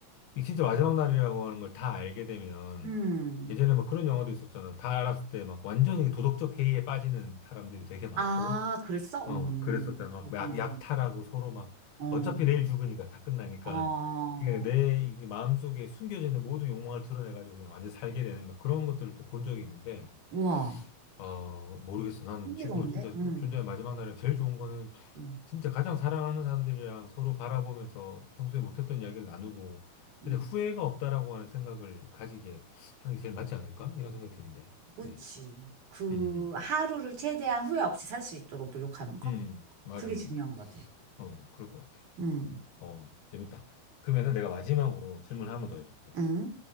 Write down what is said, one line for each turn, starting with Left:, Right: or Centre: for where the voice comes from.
Left: 이 진짜 마지막 날이라고 하는 걸 다 알게 되면
Right: 음.
Left: 예전에 막 그런 영화도 있었잖아. 다 알았을 때 막 완전히 도덕적 해이에 빠지는 사람들이 되게 많고,
Right: 아, 그랬어?
Left: 어,
Right: 음,
Left: 막 그랬었잖아. 막
Right: 그렇구나.
Left: 약, 약탈하고 서로 막
Right: 어,
Left: 어차피 내일 죽으니까 다 끝나니까
Right: 어,
Left: 그내 이게 마음속에 숨겨져 있는 모든 욕망을 드러내가지고 그냥 완전 살게 되는 막 그런 것들을 또 본 적이 있는데,
Right: 우와.
Left: 어, 모르겠어. 나는
Right: 흥미로운데?
Left: 지금 진짜
Right: 음,
Left: 존재의 마지막 날에 제일 좋은 거는
Right: 음,
Left: 진짜 가장 사랑하는 사람들이랑 서로 바라보면서 평소에 못했던 이야기를 나누고, 근데
Right: 음.
Left: 후회가 없다라고 하는 생각을 가지게 하는 게 제일 맞지 않을까? 이런 생각이 드는데.
Right: 그치.
Left: 그지?
Right: 그
Left: 음,
Right: 하루를 최대한 후회 없이 살 수 있도록 노력하는 거?
Left: 음, 맞아,
Right: 그게
Left: 맞아.
Right: 중요한 것 같아.
Left: 어, 그럴 것 같아.
Right: 응,
Left: 어, 재밌다. 그러면은 내가 마지막으로 질문 을 하나 더 해볼게.
Right: 응,